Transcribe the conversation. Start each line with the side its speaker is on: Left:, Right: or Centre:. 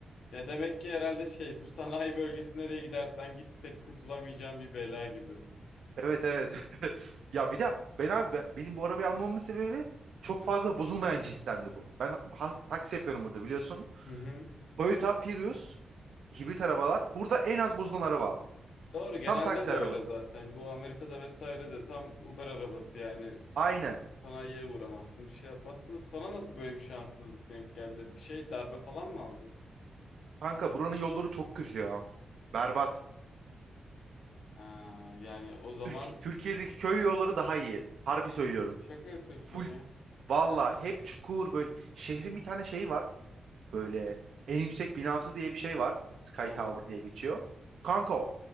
Left: Ya demek ki herhalde şey bu sanayi bölgesi nereye gidersen git pek kurtulamayacağın bir bela gibi.
Right: Evet evet <laughs> ya bir de ben abi ben- benim bu arabayı almamın sebebi çok fazla bozulmayan cinstendi bu. Ben ha- taksi yapıyorum burada biliyorsun.
Left: Hı hı.
Right: Toyota Prius hibrit arabalar burada en az bozulan araba
Left: Doğru genelde
Right: tam taksi
Left: de
Right: arabası.
Left: öyle zaten. Bu Amerika'da vesaire de tam Uber arabası yani
Right: Aynen
Left: sanayiye uğramazsın bir şey yapmazsın da sana nasıl böyle bir şanssızlık denk geldi? Bir şey darbe falan mı aldı?
Right: kanka buranın yolları çok kötü ya berbat.
Left: Ha, yani o zaman
Right: Türk- Türkiye'deki köy yolları daha iyi harbi söylüyorum.
Left: şaka yapıyorsun
Right: Full
Left: ya.
Right: Valla hep çukur böyle. Şehrin bir tane şeyi var. Böyle en yüksek binası diye bir şey var. Sky
Left: Tamam.
Right: Tower diye geçiyor. Kanka o.